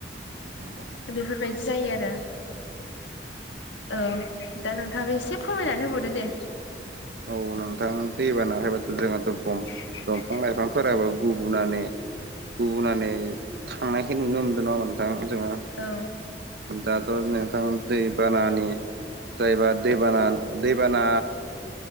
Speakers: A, on the right; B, on the left.
A: नंगौ
B: बेफोरबायदि जायो आरो औ दा नोंथाङाबो एसे फोरमायनानै होबावदो दे
A: औ नोंथां दैबानाहायबाथ' जोंनाथ' गम
B: <inaudible>
A: दंफां लाइफांफोराबो गुबुनानै गुबुनानै थांनायखाय नुनो मोनदों नङा होमबा नोंथां जोङो।
B: औ।
A: दाथ' नोंथां दै बानानि जायबा दैबाना दैबाना